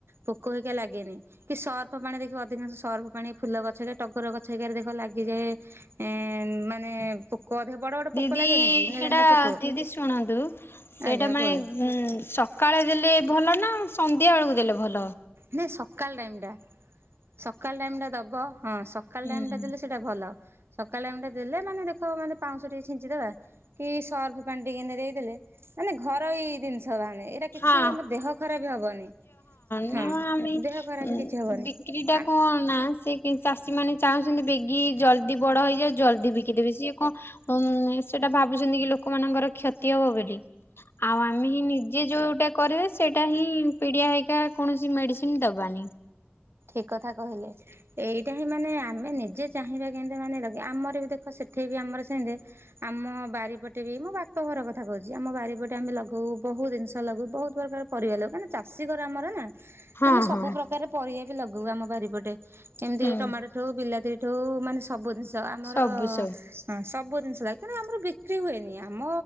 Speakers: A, on the right; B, on the left.
A: ପୋକ ହେଇ ଲାଗେନି କି ସର୍ଫ ପାଣି ଦେଖିବ ଅଧିକାଂଶ ସର୍ଫ ପାଣି ଫୁଲ ଗଛ ଟଗର ଗଛ ହେଇାରେ ଦେଖ ଲାଗିଯଏ ଏଁ ମାନେ ପୋକ ଅଧିକ ବଡ ବଡ ପୋକ
B: ଦି ଦି
A: ଲାଗେନି କି ନେଳା
B: ହେଡ଼ା
A: ନେଳା ପୋକ
B: ଦିଦି ଶୁଣନ୍ତୁ ସେଇଟା
A: ଆଜ୍ଞା
B: ମାନେ
A: କୁହନ୍ତୁ
B: ଉ ସକାଳେ ଦେଲେ ଭଲ ନା ସନ୍ଧ୍ୟା ବେଳକୁ ଦେଲେ ଭଲ?
A: ମାନ ସକାଳ ଟାଇମଟା। ସକାଳ ଟାଇମ ଟା ଦବ ହଁ ସକାଳ
B: ହୁଁ
A: ଟାଇମ ଟା ଦେଲେ ସେଇଟା ଭଲ। ସକାଳେ <unintelligible> ଦେଲେ ମାନେ ଦେଖ ମାନେ ପାଉଁଶ ଟିକେ ଛିଞ୍ଚିଦବା କି ସର୍ଫ ପାଣି ଟିକେ ନେ ଦେଇ ଦେଲେ ମାନେ ଘରେଇ ଜିନିଷ ମାନେ ଏଇଟା କିଛି
B: ହଁ
A: ଆମ ଦେହ ଖରାପ ହବନି।
B: ନ
A: ହଁ
B: ଆମେ
A: ଦେହ ଖରାପ
B: ଉଁ
A: କିଛି ହବନି।
B: ବିକ୍ରି ଟା କଣ ନା ସେ କି ଚାଷୀ ମା ମାନେ ଚାହୁଁଛନ୍ତି ବେଗି ଜଲ୍ଦି ବଡ ହେଇଯାଉ ଜଲ୍ଦି ବିକିଦେବି। ସିଏ କଣ ଉଁ ସେଟା ଭାବୁଛନ୍ତି ଇଏ ଲୋକମାନଙ୍କର କ୍ଷତି ହବ ବୋଲି ଆଉ ଆମେ ହିଁ ନି ଯୋଉଟା କରିବେ ସେଟା ହିଁ ପିଡିଆ ହେଇକା କୌଣସି ମେଡିସିନ୍ ଦବାନି।
A: ଏ କଥା କହିଲେ ଏଇଟା ହିଁ ମାନେ ଆମେ ନିଜେ ଚାହିଁବା କେମିତି ମାନେ ଆମର ବି ଦେଖ ସେଠି ବି ଆମର ସେମତି ଆମ ବାରିପଟେ ବି ମୋ ବାପ ଘର କଥା କହୁଛି ଆମ ବାରିପଟେ ଆମେ ଲଗଉ ବହୁତ ଦି ଜିନିଷ ଲାଗୁ ବହୁତ ପ୍ରକାର ପରିବା ଲାଗୁ କାଇଁନା ଚାଷୀ ଘର ଆମର ନା।
B: ହଁ
A: ଆମେ ସବୁ
B: ହଁ
A: ପ୍ରକାର ପରିବା ବି ଲଗଉ ଆମ ବାରିପଟେ ଯେମିତି
B: ହୁଁ।
A: ଟମାଟୋ ଠୁ ବିଲାତି ଠୁ ମାନେ ସବୁ ଜିନିଷ ଆମର
B: ସବୁ
A: ହଁ
B: ସବୁ
A: ସବୁ ଜିନିଷ ଲାଗେ। ତେଣୁ ଆମର ବିକ୍ରି ହୁଏନି। ଆମ